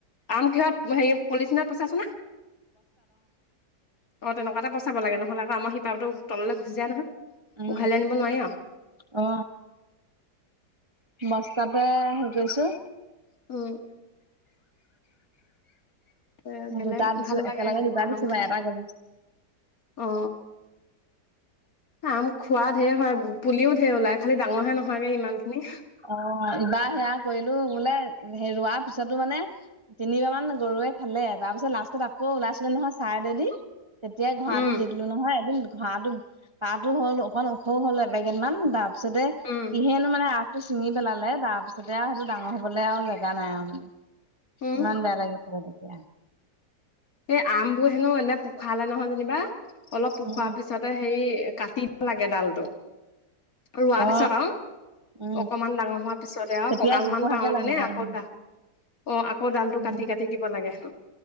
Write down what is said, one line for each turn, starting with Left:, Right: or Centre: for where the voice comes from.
Left: আম কিহৰত হেৰি পলিচিনাৰ পইচা আছেনে অ তেনেকুৱা এটা পচাব লাগে নহলে আকৌ আমাৰ শিপাো তললৈ গুচি যায় নহয়
Right: উম,
Left: উঘালি আনিব নোৱাৰি আৰু
Right: অ বস্তাতে হেৰি কৰিছো
Left: অ এ বেলেগ
Right: দু দাদিছো
Left: ভাল লাগে
Right: কেেলগ
Left: সেনেকুৱা
Right: উ দাদিছো
Left: আম খাই।
Right: বাাৰাগিব
Left: অ আম খোৱা ঢেৰ হয় পুলিও ঢেৰ ওলাই খালি ডাঙৰহে নহয়গে ইমান খিনি
Right: অ এইবাৰ সেয়া কৰিলো বোলে হে ৰোৱাৰ পিছতো মানে তিনিবাৰ মান গৰুৱে খালে তাৰপিছত লাষ্টত আকৌ ওলাইছিলে নহয় চাই দেদি তেতিয়াই ঘৰাটোো
Left: উম,
Right: দি দিলো নহয় এদিন ঘৰাটোো তাতো হ'ল অকমান ওখও হ'ল এপেগটমান তাৰপিছতে
Left: উম,
Right: কিহেনো মানে টো চিঙি পেলালে তাৰ পিছতে আৰু সেইটো ডাঙৰ হবলৈ আৰু জেগা নাই আৰু মানে
Left: উম,
Right: নান বোলাগেছিল দতিে
Left: এই আম বোৰ হেনো এনে পোখালে নহয় যেনিবা অলপ পোখৰা
Right: উম
Left: পিছ পিছতে হে কাটি দ লাগে ডালটো ৰোৱাৰ
Right: অ
Left: পিছত আৰু
Right: উম
Left: অকণমান ডাঙৰ হোৱাৰ পিছতে আৰু
Right: তেতিয়া
Left: কঁকালমান
Right: জোপোহাকে
Left: পাওঁ
Right: লাগিব
Left: তেনে
Right: উ
Left: আকৌ দাহ অ আকৌ ডাল টো
Right: উম
Left: কাটি কাটি দিব লাগে হ